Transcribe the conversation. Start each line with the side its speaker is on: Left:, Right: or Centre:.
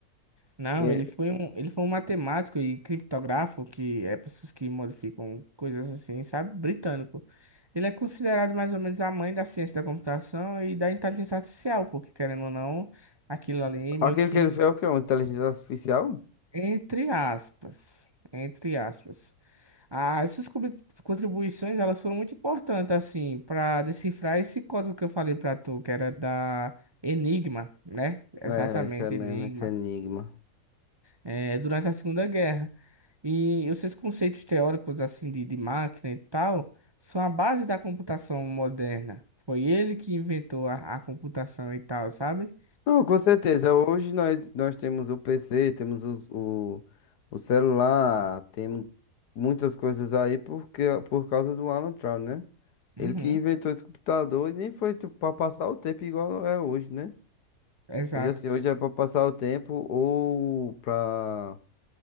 Right: Não,
Left: E é-
Right: ele foi um, ele foi um matemático e criptógrafo, que é pessoas que modificam coisas assim, sabe? Britânico. Ele é considerado mais ou menos a mãe da ciência da computação e da inteligência artificial, porque querendo ou não, aquilo ali meio
Left: aquilo
Right: que
Left: que ele fez é o quê? Uma inteligência artificial?
Right: entre aspas, entre aspas. As suas contribui- contribuições, elas foram muito importantes assim para decifrar esse código que eu falei para tu, que era da Enigma, né? Exatamente,
Left: É, esse, ene-
Right: Enigma.
Left: esse enigma.
Right: eh, durante a Segunda Guerra. E os seus conceitos teóricos assim de, de máquina e tal são a base da computação moderna. Foi ele que inventou a, a computação e tal, sabe?
Left: Não, com certeza. Hoje nós, nós temos o PC, temos os- o, o, celular, temos muitas coisas aí porque, por causa do Alan Turing, né? Ele
Right: Uhum,
Left: que inventou esse computador e nem foi para passar o tempo igual é hoje, né?
Right: exato.
Left: Hoje assim, hoje é para passar o tempo ou para